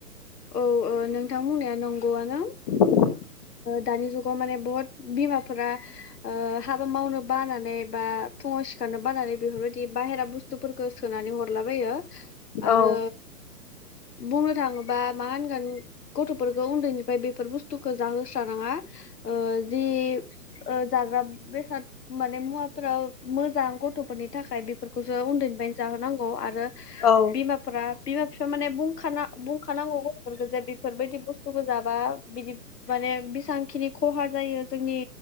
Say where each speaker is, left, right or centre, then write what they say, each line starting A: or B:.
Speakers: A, on the left; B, on the left.
A: औ औ नोंथां बुंनाया नंगौआनो
B: <inaudible>
A: दानि जुगाव माने बहुत बिमाफोरा ओ हाबा मावनो बानानै बा फुङाव सिखारनो बानानै बेफोरबायदि बाहेरा बुसथु गोसोथोनानै हरलाबायो आरो
B: औ
A: बुंनो थाङोबा मा होनगोन गथ'फोरखौ उन्दैनिफ्राय बेफोर बुस्थु खौ जाहोस्राङा ओ जि ओ जाग्रा बेसाद माने मुवाफोर खौ मोजां गथ'फोरनि थाखाय बेफोरखौसो उन्दैनिफ्रायनो जाहोनांगौ आरो
B: औ
A: बिमाफोरा बिमा फि थार माने बुंखाना बुंखानांगौ गथ'फोरखौ जे बेफोरबायदि बुस्थुखौ जाबा बिदि माने बेसांखिनि खहा जायो जोंनि